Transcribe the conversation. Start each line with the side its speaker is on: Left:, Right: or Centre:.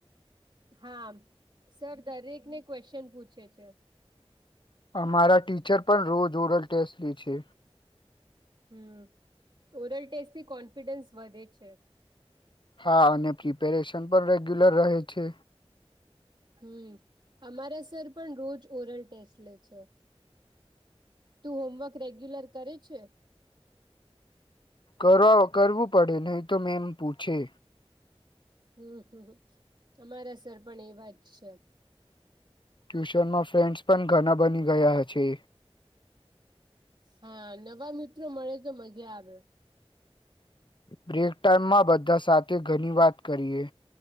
Right: હા સર દરેક ને ક્વેસ્ચેન પૂછે છે.
Left: અમારા ટીચર પણ રોજ ઓરલ ટેસ્ટ લે છે.
Right: હમ્મ, ઓરલ ટેસ્ટથી કોન્ફિડન્સ વધે છે.
Left: હા અને પ્રિપેરેશન પણ રેગ્યુલર રહે છે.
Right: હમ્મ, અમારા સર પણ રોજ ઓરલ ટેસ્ટ લે છે. તું હોમવર્ક રેગ્યુલર કરે છે?
Left: કરવા કરવું પડે નહી તો મેંમ પૂછે.
Right: હમ્મ, હમ્મ, હ અમારા સર પણ એવા જ છે.
Left: ટ્યુશનમાં ફ્રેન્ડ્સ પણ ઘણા બની ગયા હશે.
Right: હા નવા મિત્રો મળે તો મજા આવે.
Left: બ્રેક ટાઈમમાં બધા સાથે ઘણી વાત કરીએ.